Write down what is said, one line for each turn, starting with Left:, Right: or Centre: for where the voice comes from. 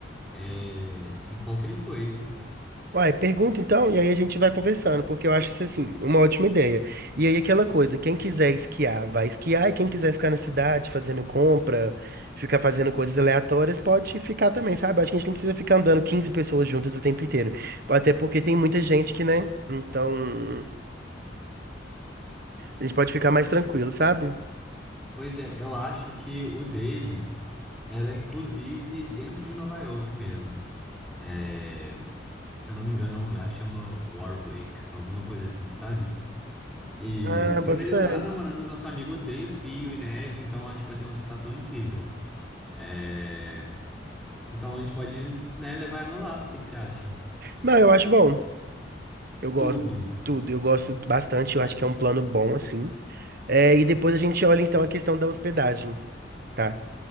Centre: é, em qual que ele foi.
Right: Uai, pergunta então, e aí a gente vai conversando, porque eu acho isso assim, uma ótima ideia. E aí aquela coisa, quem quiser esquiar, vai esquiar, e quem quiser ficar na cidade fazendo compra, ficar fazendo coisas aleatórias, pode ficar também, sabe? Acho que a gente não precisa ficar andando 15 pessoas juntas o tempo inteiro. Até porque tem muita gente que, né? Então, a gente pode ficar mais tranquilo, sabe?
Centre: Pois é, eu acho que o dele era, inclusive, dentro de Nova York mesmo. É, se eu não me engano, é um lugar que chama Warwick, alguma coisa assim, sabe? E
Right: Ah, bota
Centre: pra melhorar,
Right: fé.
Centre: a namorada do nosso amigo odeia frio e neve, então acho que vai ser uma sensação incrível. É, então a gente pode, né, levar ela lá. O que que você acha?
Right: Não, eu acho bom. Eu gosto
Centre: Tudo.
Right: de tudo, eu gosto bastante, eu acho que é um plano bom, assim. É, e depois a gente olha então a questão da hospedagem, tá?